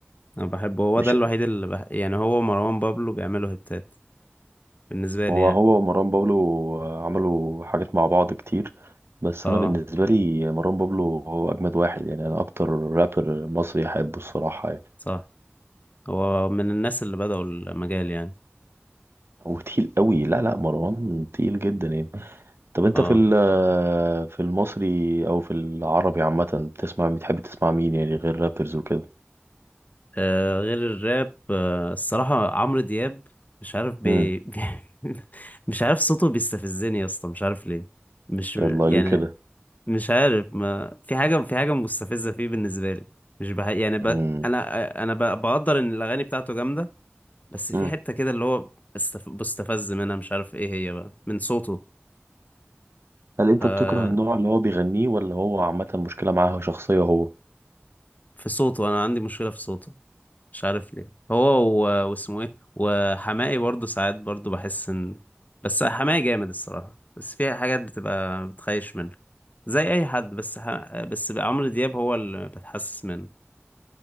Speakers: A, on the left (about 40°); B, on the right (about 70°).
A: انا بحبه هو
B: مش
A: ده الوحيد اللي بح... يعني هو مروان بابلو بيعملوا هتات بالنسبه لي
B: هو
A: يعني
B: هو ومروان بابلو عملوا حاجات مع بعض كتير بس
A: اه
B: انا بالنسبه لي مروان بابلو هو اجمد واحد يعني انا اكتر رابر مصري احبه الصراحه يعني
A: صح هو من الناس اللي بدأوا المجال يعني
B: هو تقيل قوي لا لا مروان تقيل جدا يعني طب انت
A: اه
B: في ال- آه، في المصري او في العربي عامه بتسمع بتحب تسمع مين يعني غير رابرز وكده
A: آه، غير الراب آه الصراحه عمرو دياب مش عارف بي...
B: امم
A: <laughs> مش عارف صوته بيستفزني يا اسطى مش عارف ليه مش
B: يلا
A: يعني
B: ليه كده
A: مش عارف ما في حاجة في حاجة مستفزة فيه بالنسبة لي مش بح... يعني ب...
B: امم
A: أنا أنا ب... بقدر إن الأغاني بتاعته جامدة بس في
B: امم
A: حتة كده اللي هو استف... بستفز منها مش عارف إيه هي بقى من صوته
B: هل انت
A: آه...
B: بتكره النوع اللي هو بيغنيه ولا هو عامه مشكله معاه شخصيه هو
A: في صوته أنا عندي مشكلة في صوته مش عارف ليه هو و... واسمه إيه وحماقي برضه ساعات برضه بحس إن بس حماقي جامد الصراحة بس في حاجات بتبقى بتخيش منه زي أي حد بس ح... بس عمرو دياب هو اللي بتحسس منه